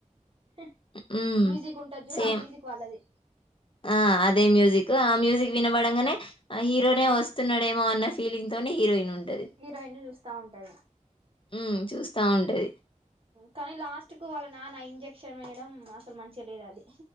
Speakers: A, on the right; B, on the left.
A: హ్
B: హ్మ్
A: మ్యూజిక్ ఉంటది చూడు
B: సేమ్
A: ఆ మ్యూజిక్ వాళ్ళది
B: ఆ అదే మ్యూజిక్ ఆ మ్యూజిక్ వినబడంగనే అ హీరోనే వస్తున్నడేమో అన్న ఫీలింగ్ తోనే హీరోయిన్ ఉంటది
A: హీరోయిన్ని చూస్తా ఉంటది.
B: హ్మ్ చూస్తా ఉంటది
A: కని లాస్ట్కు వాళ్ళ నాన్న ఇంజె క్షన్ వేయడం అస్సలు మంచిగ లేదది.